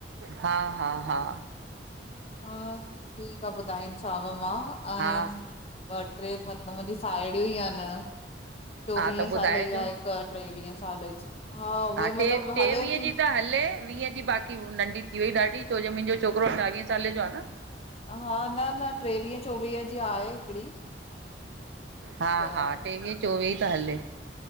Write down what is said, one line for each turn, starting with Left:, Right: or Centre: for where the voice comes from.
Right: हा हा हा
Left: हा ठीक आ ॿुधाईनि सांव मां आहिनि
Right: हा
Left: ट्रे मतलब मुंहिंजी साहेड़ियूं ही आहिनि। चोवीह
Right: हा त
Left: साले
Right: ॿुधाइजो
Left: जी आहे हिक, ट्रेवीह साले जी, हा उहे
Right: टे
Left: मतलब
Right: टेवीह
Left: हले थी।
Right: जी त हले वीह जी बाक़ी नंढी थी वई ॾाढी छो जो मुंहिंजो छोकिरो अठावीएं साले जो आ न।
Left: हा न न टेवीह, चोवीह जी आहे। हिकिड़ी
Right: हा
Left: त
Right: हा टेवीह, चोवीह त हले